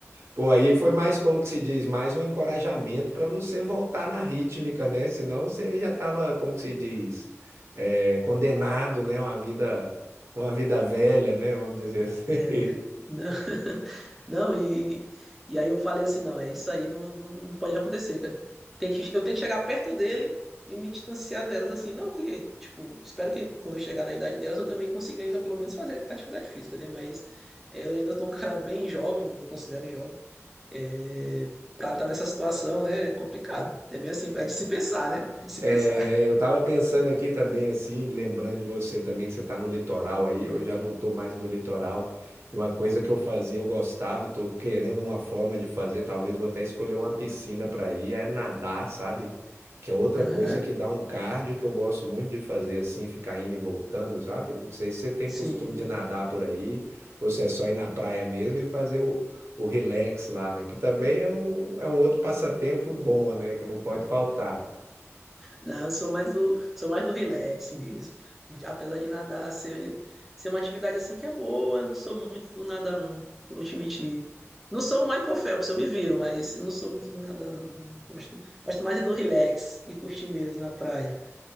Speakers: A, on the right; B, in the centre.
A: Pô, aí foi mais, como que se diz, mais um encorajamento para você voltar na rítmica, né? Senão você já estava, como que se diz, é, condenado, né? Uma vida, uma vida velha, né? Vamos dizer assim.
B: É,
A: <laughs>
B: <laughs> não. Não, e, e aí eu falei assim, não, é isso aí, não, não, não pode acontecer, cara. Tem que, eu tenho que chegar perto dele e me distanciar delas, assim, não, porque, tipo, espero que quando eu chegar na idade delas eu também consiga ainda pelo menos fazer atividade física, né? Mas eu ainda tô um cara bem jovem, me considero jovem, é, pra estar nessa situação, né? É complicado. É bem assim, é de se pensar, né? É de se
A: É,
B: pensar.
A: eu tava pensando aqui também, assim, lembrando de você também, que você tá no litoral aí, eu já não tô mais no litoral. E uma coisa que eu fazia, eu gostava, eu tô querendo uma forma de fazer, talvez vou até escolher uma piscina pra ir, é nadar, sabe? Que é outra coisa
B: Aham,
A: que dá um cardio que eu gosto muito de fazer, assim, ficar indo e voltando, sabe? Não sei se você tem costume
B: Sim.
A: de nadar por aí, ou se é só ir na praia mesmo e fazer o, o relax lá, né? Que também é um, é um outro passatempo bom, né? Que não pode faltar.
B: Não, eu sou mais do, sou mais do relax mesmo. Apesar de nadar ser, ser uma atividade assim que é boa, eu não sou muito do nadar, não. Vou te mentir. Não sou o Michael Phelps, eu me viro, mas eu não sou muito do nadar, não. Gosto, gosto mais do relax e curtir mesmo na praia.